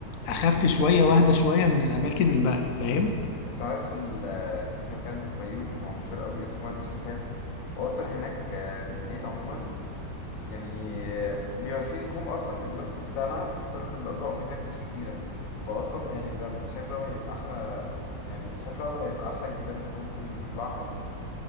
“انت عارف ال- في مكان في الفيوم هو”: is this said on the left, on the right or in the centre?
Left